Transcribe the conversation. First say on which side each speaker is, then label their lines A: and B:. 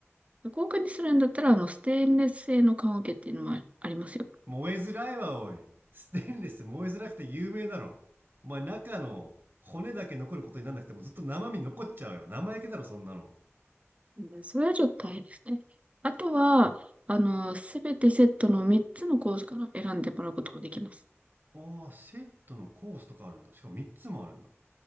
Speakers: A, on the right; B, on the right.
A: 豪華にするんだったら、あの、ステンレス製の棺桶っていうのもあありますよ。
B: 燃えづらいわ、おい。ステンレス燃えづらくて有名だろ。お前、中の骨だけ残ることになんなくてもずっと生身残っちゃうよ。生焼けだろ、そんなの。
A: うんそれはちょっと大変ですね。あとは、あの、すべてセットの3つのコースから選んでもらうことができます。
B: ああ、セットのコースとかあるんだ。しかも3つもあるんだ。